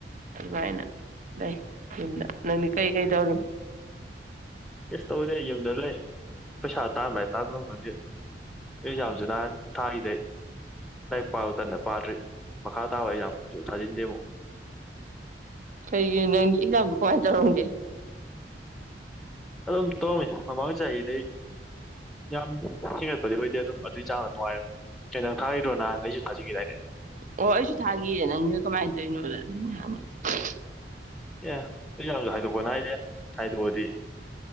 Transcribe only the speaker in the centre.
ꯀꯩꯁꯨ ꯇꯧꯗꯦ ꯌꯨꯝꯗ ꯂꯩ ꯄꯩꯁꯥ ꯇꯥꯟꯕꯥꯏ ꯇꯥꯟꯕꯥꯟꯕ ꯐꯗꯦ ꯑꯦꯛꯖꯥꯝꯁꯨ ꯅꯍꯥꯟ ꯊꯥꯔꯤꯗꯩ ꯂꯥꯏꯔꯤꯛ ꯄꯥꯕꯇꯅ ꯄꯥꯗ꯭ꯔꯤ ꯃꯈꯥ ꯇꯥꯕ ꯑꯦꯛꯖꯥꯝꯁꯨ ꯊꯥꯖꯤꯟꯗꯦ ꯑꯃꯨꯛ
ꯑꯗꯨꯝ ꯇꯧꯔꯝꯃꯤ ꯃꯃꯥꯡ ꯆꯍꯤꯗꯩ ꯌꯥꯝ ꯍꯦꯟꯒꯠꯄꯗꯤ ꯑꯣꯏꯗꯦ ꯑꯗꯨꯝ ꯑꯗꯨꯏ ꯆꯥꯡꯅ ꯅꯨꯡꯉꯥꯏ ꯀꯩꯇꯪ ꯊꯥꯔꯤꯗ꯭ꯔꯣꯅ ꯅꯪꯁꯨ ꯊꯥꯖꯤꯟꯈꯤꯗꯥꯏꯅꯦ
ꯑꯦ ꯑꯦꯛꯖꯥꯝꯁꯨ ꯍꯥꯏꯗꯣꯛꯄ ꯅꯥꯏꯗ꯭ꯔꯦ ꯍꯥꯏꯗꯣꯛꯑꯗꯤ